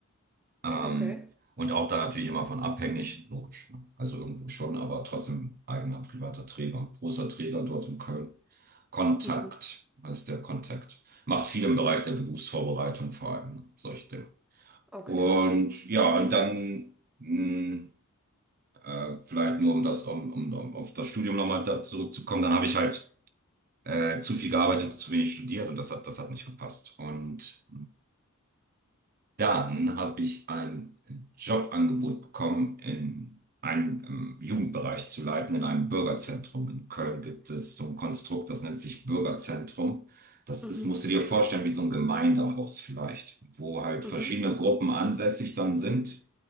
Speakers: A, on the right; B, in the centre.
A: Ähm,
B: okay,
A: und auch da natürlich immer von abhängig, logisch. ne? Also irgendwo schon, aber trotzdem eigener privater Träger, großer Träger dort in Köln. Kontakt,
B: mhm,
A: das ist der Kontakt. Macht viel im Bereich der Berufsvorbereitung vor allem, ne? solche Dinge.
B: okay,
A: Und ja, und dann mh, äh, vielleicht nur, um das, um, um, um auf das Studium nochmal da zurückzukommen, dann habe ich halt äh, zu viel gearbeitet, hab zu wenig studiert und das hat, das hat nicht gepasst. Und dann habe ich ein Jobangebot bekommen, in einem ähm, Jugendbereich zu leiten, in einem Bürgerzentrum. In Köln gibt es so ein Konstrukt, das nennt sich Bürgerzentrum. Das
B: mhm,
A: ist, musst du dir vorstellen, wie so ein Gemeindehaus vielleicht, wo halt
B: mhm,
A: verschiedene Gruppen ansässig dann sind